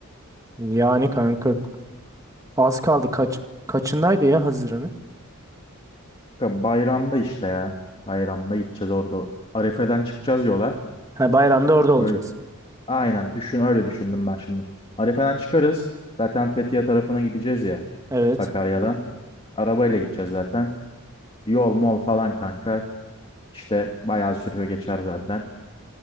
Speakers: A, on the right (about 15°); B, on the left (about 25°).
A: Yani kanka az kaldı. Kaç kaçındaydı ya Haziran'ı?
B: Kanka bayramda işte ya. Bayramda gideceğiz orada. Arefe'den çıkacağız yola.
A: Ha bayramda orada olacağız.
B: Böyle, aynen düşün öyle düşündüm ben şimdi. Arefe'den çıkarız. Zaten Fethiye tarafına gideceğiz ya.
A: Evet.
B: Sakarya'dan. Arabayla gideceğiz zaten. Yol mol falan kanka. İşte bayağı sürüyor geçer zaten.